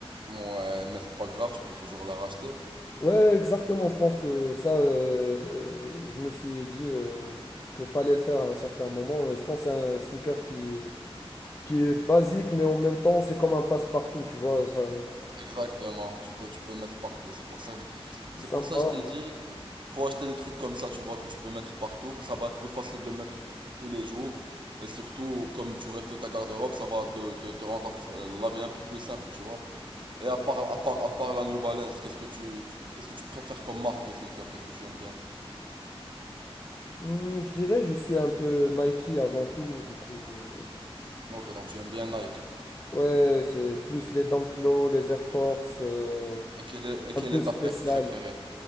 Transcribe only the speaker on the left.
Ouais, exactement. Je pense que ça, euh, euh, je me suis dit euh, que fallait le faire à un certain moment. Et je pense que c'est un sneaker qui, qui est basique, mais en même temps, c'est comme un passe-partout, tu vois. Ça,
c'est
sympa.
Hmm, je dirais, je suis un peu Nike avant tout, du coup. euh,
ouais, c'est plus les Dunk Low, les Air Force, euh,
un
peu
spécial.